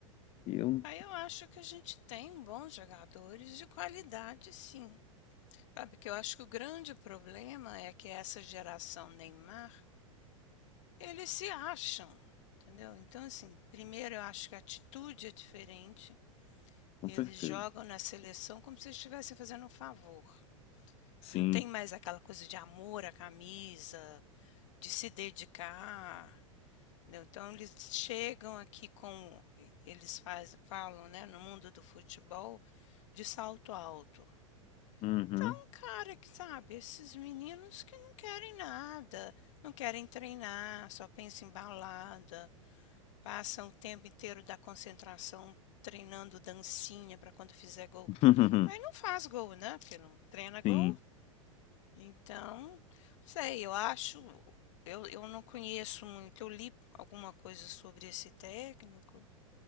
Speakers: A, on the left (about 35°); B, on the left (about 65°).
A: E eu,
B: Aí eu acho que a gente tem bons jogadores de qualidade, sim. Sabe que eu acho que o grande problema é que essa geração Neymar Eles se acham, entendeu? Então, assim, primeiro eu acho que a atitude é diferente.
A: com
B: Eles
A: certeza.
B: jogam na seleção como se estivessem fazendo um favor.
A: Sim.
B: Não tem mais aquela coisa de amor à camisa, de se dedicar. entendeu? Então eles chegam aqui com. Eles fazem, falam, né, no mundo do futebol, de salto alto.
A: Uhum.
B: Então, cara, que sabe, esses meninos que não querem nada, não querem treinar, só pensam em balada, Passa o tempo inteiro da concentração treinando dancinha para quando fizer gol.
A: <laughs>
B: Aí não faz gol, né, porque não treina gol.
A: Sim.
B: Então, sei, eu acho eu eu não conheço muito, eu li alguma coisa sobre esse técnico.